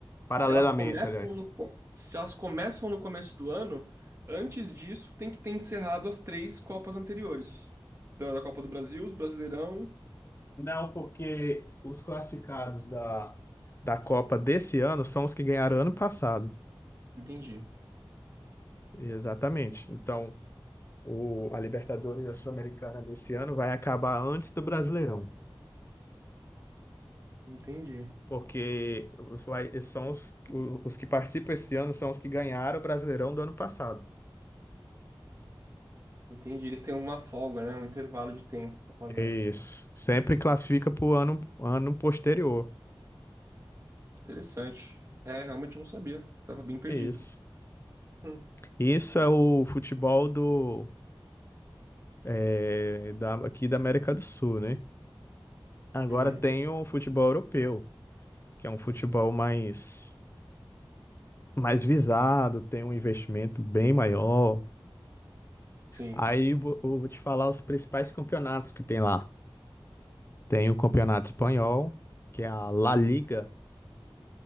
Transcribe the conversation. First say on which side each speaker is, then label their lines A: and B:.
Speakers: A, on the left; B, on the right.
A: paralelamente,
B: Se elas começam
A: aliás.
B: no, co- se elas começam no começo do ano, antes disso tem que ter encerrado as três Copas anteriores. Da da Copa do Brasil, os Brasileirão.
A: Não, porque os classificados da, da Copa desse ano são os que ganharam ano passado.
B: Entendi,
A: Exatamente. Então, o, a Libertadores e a Sul-Americana desse ano vai acabar antes do Brasileirão.
B: entendi,
A: Porque vai, são os, o- os que participam esse ano são os que ganharam o Brasileirão do ano passado.
B: entendi. Eles têm uma folga, né? Um intervalo de tempo para fazer.
A: Isso. Sempre classifica para o ano, ano posterior.
B: Interessante. É, realmente eu não sabia. Tava bem perdido.
A: Isso.
B: Hum.
A: Isso é o futebol do, é, da, aqui da América do Sul, né? Agora
B: Uhum.
A: tem o futebol europeu, que é um futebol mais, mais visado, tem um investimento bem maior.
B: Sim.
A: Aí vo- eu vou te falar os principais campeonatos que tem lá. Tem o Campeonato Espanhol, que é a La Liga,